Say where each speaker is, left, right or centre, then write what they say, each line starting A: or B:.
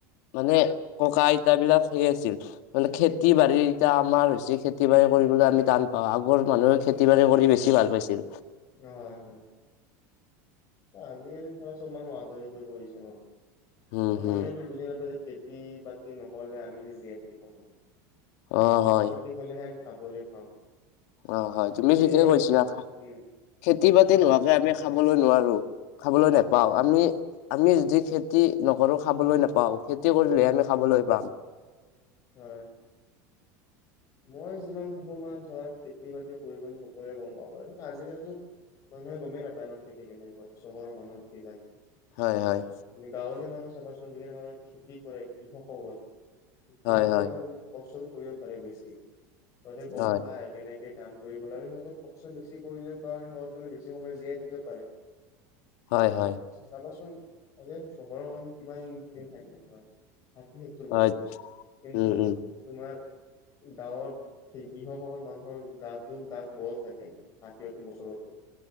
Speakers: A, on the left; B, on the left.
A: মানে ককা- আইতা বিলাক সেই আছিল। মানে খেতি বাৰী এতিয়া আমাৰ হৈছে খেতি বাৰী কৰিবলৈ আমি টান পাওঁ আগৰ মানুহে। খেতি বাৰী কৰি বেছি ভাল পাইছিল।
B: হয় হয়। অ আজিকালি ধৰা চব মানুহ আধুনিক হৈ পৰিছে ন
A: উম হম
B: মানুহে এইটো বুজি নাপায় যে খেত। খেতি - বাতি নহ'লে আমি জীয়াই থাকিব নোৱাৰো
A: অ
B: খেতি-
A: হয়
B: বাতি। গ'লেহে আমি খাবলে পাম।
A: অ, হয় তুমি
B: ত সেয়াই
A: ঠিকে কৈছিলা,
B: সকলো উম
A: খেতি-বাতি
B: উম
A: নোহোৱাকে আমি খাবলৈ নোৱাৰো। খাবলে নেপাওঁ
B: উম
A: আমি। আমি যদি খেতি নকৰো খাবলৈ নেপাওঁ খেতি কৰিলেহে আমি খাবলে পাম।
B: হয়। মই যিমান ভাবো মানে ধৰা খেতি - বাতি কৰিব সকলোৱে গম পাব লাগে কিন্তু আজি কালিতো। মানুহে গমেই নাপায় ন' খেতি কেনেকুৱা কৰে চহৰ মানুহে
A: হয়-হয়।
B: গাঁৱলীয়া মানুহ চাবাচোন যিখিনি মানুহে খেতি কৰে কৃষকসকল কৃষকসকলে
A: হয় হয়
B: মানে। কষ্টতটো কৰিব পাৰে বেছি তহতে গম
A: হয়
B: পায়। কেনেকে কাম কৰিব লাগে সিহঁতক কষ্ট বেছি কৰিলেও কাৰণে সিহঁত মে বেছি সময় জীয়াই থাকিবও পাৰে।
A: হয়-হয়।
B: চাবাচোন আ চহৰৰ মানুহ কিমান দিন থাকিব পাৰে। ষাঠিসত্তৰ
A: হয়
B: বছৰ কিন্তু
A: উম উম
B: তোমাৰ গাঁওত, সেই কৃষকসকল মানুহৰ গাতো গাত বল থাকে হাতীয়ো বছৰতো।